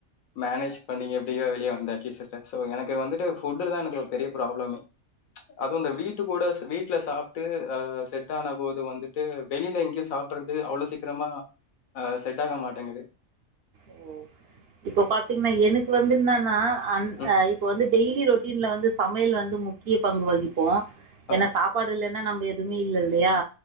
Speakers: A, on the left; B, on the right.
A: மேனேஜ் பண்ணி எப்டியொ வெளியெ வந்தாச்சி சிஸ்டர் சோ எனக்கு வந்துட்டு ஃபுட்டுல தா எனக்கு பெரியெ ப்ராப்ளமே அதுவு இந்தெ வீட்டு கூடஸ் வீட் ட்ல சாப்ட்டூ செட்டான போது வந்துட்டூ வெளிலெங்கியு சாப் பறது அவுளோ சீக்கிரமா அ செட்டாக மாட்டேங்குது
B: ஓ இப்போ பாத்தீங்னா எனக்கு வந்துந்தின்னானா அன்
A: ம்.
B: இப்பொ வந்து டெயீலி ரோட் இத்லவந்து சமயல் வந்து முக்கிய பங்கு வகிப் போ
A: ஆ.
B: என்ன சாப்பாடுலெ னா நம்பெதுவுமேல்லல்லயா